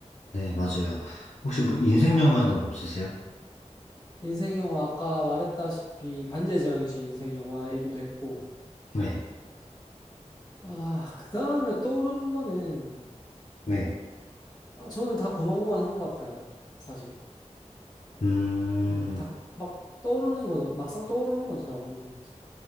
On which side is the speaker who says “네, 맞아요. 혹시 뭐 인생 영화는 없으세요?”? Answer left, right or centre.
Left